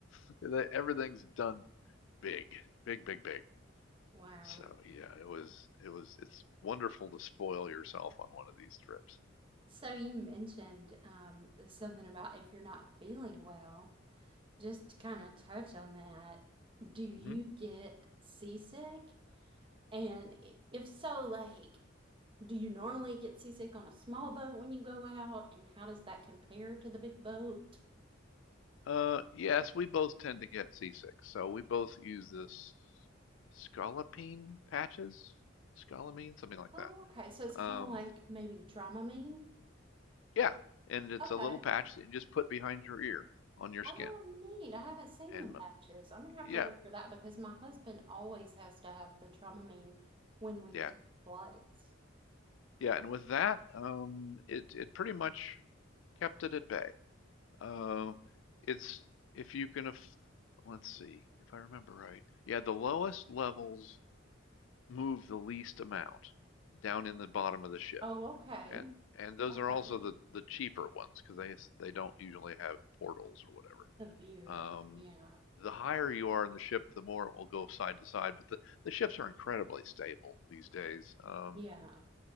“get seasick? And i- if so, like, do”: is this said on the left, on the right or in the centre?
Right